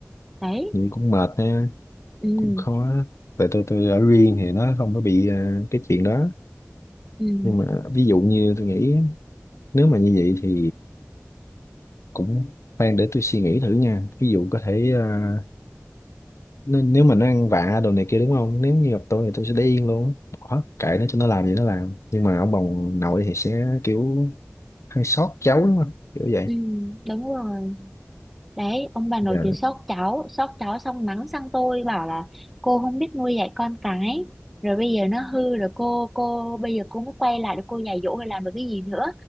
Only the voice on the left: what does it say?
Vậy cũng mệt ha,
cũng khó. Tại tôi tôi ở riêng thì nó không có bị à, cái chuyện đó.
Nhưng mà ví dụ như tôi nghĩ nếu mà như vậy thì cũng khoan để tôi suy nghĩ thử nha. Ví dụ có thể à, n- nếu mà nó ăn vạ đồ này kia đúng không? Nếu như gặp tôi thì tôi sẽ để yên luôn. Bỏ kệ nó cho nó làm gì nó làm. Nhưng mà ông bà nội thì sẽ kiểu hơi sót cháu đúng không kiểu vậy
dạ